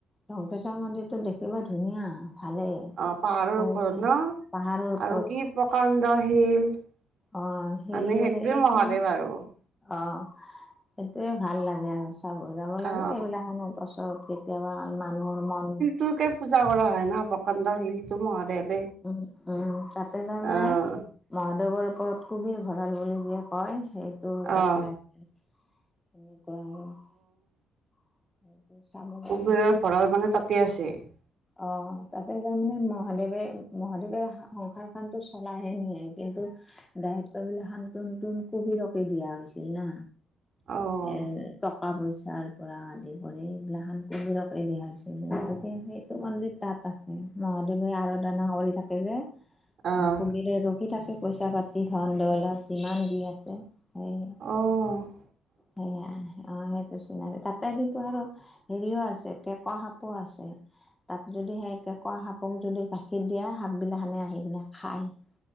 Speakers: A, on the left; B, on the right.
A: লংকেশ্বৰ মন্দিৰতো দেখিব ধুনীয়া ভালেই। <inaudible>
B: অঁ পাহাৰৰ
A: বহুতে
B: ওপৰত ন
A: পাহাৰৰ ওপৰত
B: আৰু কি প্ৰকাণ্ড শিল। <inaudible>
A: অঁ শিল
B: মানে সেইটোৱেই
A: শিলটো
B: মহাদেৱ আৰু। <inaudible>
A: অঁ! সেইটোৱেই ভাল লাগে আৰু। <inaudible> চাব যাব লাগে
B: অ
A: এইবিলাক <unintelligible> হেনো বছৰত কেতিয়াবা মানুহৰ মন
B: টোকে পূজা কৰা হয় না প্ৰকাণ্ড শিলটো মহাদেৱ। <inaudible>
A: উম-উম! তাতে তাৰ মানে
B: আহ
A: <inaudible> মহাদেৱৰ ওপৰত কবিৰ ভঁৰাল বুলি যে কয় সেইটো
B: অ',
A: তাতে আছে। <inaudible> এনেকুৱা আৰু <inaudible> চাব। পৰা
B: কবিৰৰ ভঁৰাল মানে তাতে আছে? <unintelligible>
A: অঁ তাতে তাৰ মানে মহাদেৱে-মহাদেৱে সংসাৰখনটো চলাইহে নিয়ে কিন্তু <unintelligible> দায়িত্ববিলাক শান্তনটোন <unintelligible> কুভিৰকে দিয়া হৈছিল না।
B: অ',
A: এৰ টকা-পইচা <unintelligible> পৰা আদি কৰি এইগিলাখন কুহিৰকে দিয়া হৈছিল। গতিকে সেই <unintelligible> সেইটো মন্দিৰ তাত আছে। মহাদেৱে আৰাধনা কৰি থাকে যে
B: অ',
A: আৰু কুবিৰ <unintelligible> ৰখি থাকে পইচা-পাতি ধন <unintelligible> অলপ যিমান যি আছে সেয়েহে
B: অঁ <inaudible>
A: সেয়া <unintelligible> অঁ সেইটো চিনাৰ তাতে কিন্তু আৰু হেৰিও আছে কেক সাপো আছে। <unintelligible> তাত যদি সেই কেঁকৰা সাপক যদি গাখীৰ দিয়া সাপবিলাক সেনে আহি কিনে খায়। <unintelligible>